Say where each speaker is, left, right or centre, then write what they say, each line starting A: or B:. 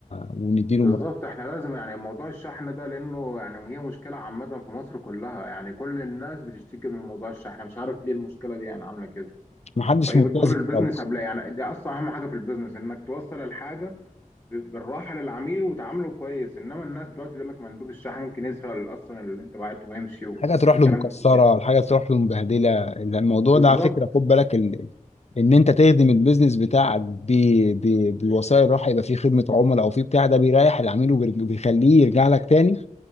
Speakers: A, on the left; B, on the left.
A: آه، ونديله
B: بالظبط
A: مرتب
B: إحنا لازم يعني موضوع الشحن ده لأنه يعني هي مشكلة عامة في مصر كلها يعني كل الناس بتشتكي من موضوع الشحن مش عارف ليه المشكلة دي يعني عاملة كده
A: محدش
B: فهي
A: ملتزم
B: بتضر البيزنس
A: خالص
B: قبلها يعني ده اصلا اهم حاجه في البيزنس انك توصل الحاجه ب- بالراحه للعميل وتعامله كويس انما الناس دلوقتي بيقول لك مندوب الشحن ممكن يسرق اصلا اللي انت بعته ويمشي وفي
A: حاجه تروح له
B: كلام
A: مكسره
B: كتير
A: الحاجه تروح له مبهدله الموضوع
B: بالظبط
A: ده على فكره خد بالك ال... ان انت تخدم البيزنس بتاعك ب... ب... بالوسائل راح يبقى فيه خدمه عملاء او فيه بتاع ده بيريح العميل وبيخليه يرجع لك تاني